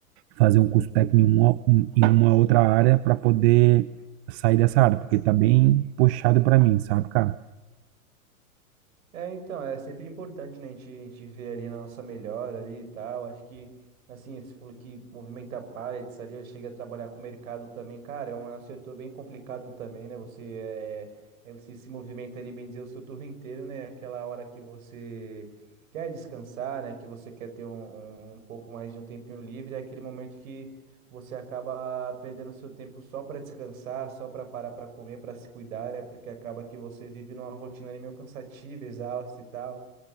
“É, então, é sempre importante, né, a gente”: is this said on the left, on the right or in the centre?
Right